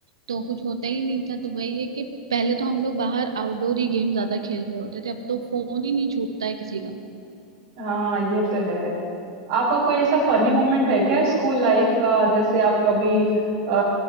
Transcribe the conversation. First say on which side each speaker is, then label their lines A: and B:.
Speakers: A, on the right (about 75°); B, on the right (about 55°).
A: तो कुछ होता ही नहीं था तो वही है कि पहले तो हम लोग बाहर आउटडोर ही गेम ज्यादा खेल रहे होते थे अब तो फोन ही नहीं छूटता है किसी का
B: हाँ ये तो है आपका कोई ऐसा फनी मोमेंट है क्या स्कूल लाइफ का जैसे आप कभी अ,